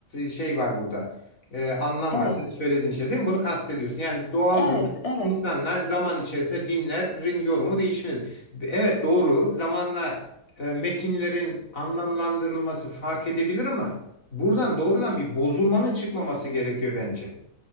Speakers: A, on the left (about 85°); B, on the left (about 25°).
A: şey var burada. Ee, anlam
B: Evet.
A: var. Senin söylediğin şey değil mi? Bunu kastediyorsun. Yani doğaldır.
B: Evet, evet.
A: İnsanlar zaman içerisinde dinlerin yorumu değişmedi. Evet doğru. Zamanla e, metinlerin anlamlandırılması fark edebilir ama buradan doğrudan bir bozulmanın çıkmaması gerekiyor bence.